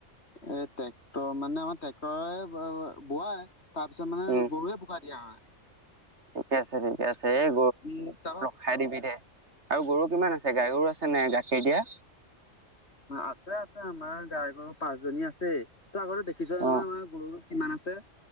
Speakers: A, on the left (about 60°); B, on the right (about 60°).
A: এ ট্ৰেক্টৰ মানে আমাৰ ট্ৰেক্টৰে বোৱাই তাৰপিছত মানে
B: উম
A: গৰুৱে বোকা দিয়া হয়।
B: ঠিকে আছে ঠিকে আছে এই
A: মোৰ হিচাপত
B: খাই দিবি দে। আৰু গৰু কিমান আছে গাই গৰু আছে নে গাখীৰ দিয়া?
A: আছে আছে আমাৰ গাই গৰু পাঁচজনী আছেই তই আগতে দেখিছই
B: অ
A: নহয় আমাৰ গৰু কিমান আছে